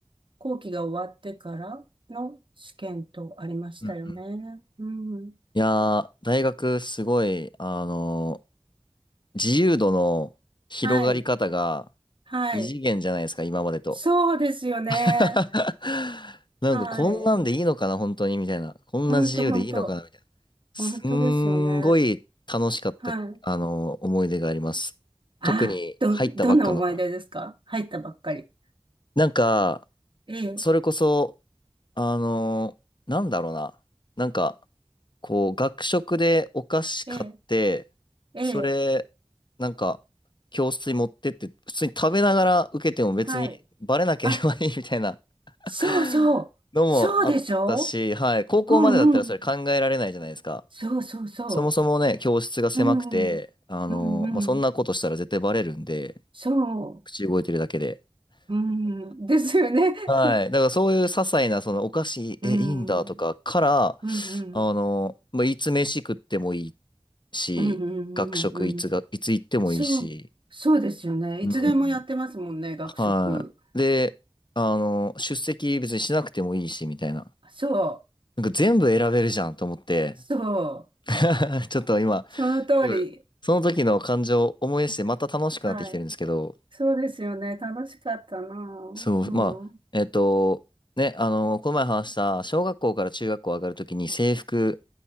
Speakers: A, on the right (about 55°); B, on the left (about 50°).
A: 後期が終わってからの試験とありましたよね。
B: うんうん
A: うん。
B: いやー、大学すごい、あのー自由度の広がり方が
A: はい。はい。
B: 異次元じゃないですか、今までと。
A: そうですよね。
B: <laughs> なんかこんなんでいいのかな、
A: はい。
B: 本当に、みたいな。こんな自由でいいのかな、
A: ほんとほんと。
B: みたいな。すんごい楽しかった、
A: ほんとですよね。はい。
B: あのー思い出があります。
A: あ、
B: 特に入ったばっかの頃。
A: ど、どんな思い出ですか入ったばっかり。
B: なんか、
A: ええ、
B: それこそ、あのーなんだろうな。なんか、こう、学食でお菓子買って、
A: ええ、ええ、
B: それ、なんか、教室に持ってって、普通に食べながら受けても別にバレなければいいみたいな
A: はい。あ、そうそう。
B: <laughs> のもあったし、
A: そうでしょ
B: はい、高校までだったらそれ考えられないじゃないですか。
A: うんうん。そうそうそ
B: そもそもね、教室が狭くて、
A: う。うん。
B: あの、
A: うんうん。
B: まあ、そんなことしたら絶対バレるんで、
A: そう。
B: 口動いてるだけで。
A: うん。ですよね。
B: はい。
A: <laughs>
B: だからそういう些細な、そのお菓子、
A: うん。
B: え、いいんだとかから、
A: うんうん。
B: あの、まあ、いつ飯食ってもいいし、
A: うんうんうんうん。
B: 学食いつが、いつ行ってもいいし、
A: そう。そうですよね。いつでもやってますもんね、
B: うん。
A: 学食。
B: はい。で、あの、出席別にしなくてもいいし、みたいな。
A: そう。
B: なんか全部選べるじゃんと思って、
A: そう。
B: <laughs> ちょっと今、
A: その通り。
B: すごいその時の感情を思い出して、また楽しくなってきてるんですけど、
A: はい。そうですよね。楽しかったな。
B: そう、
A: うん。
B: まあ、えっと、ね、あの、この前話した、小学校から中学校上がるときに制服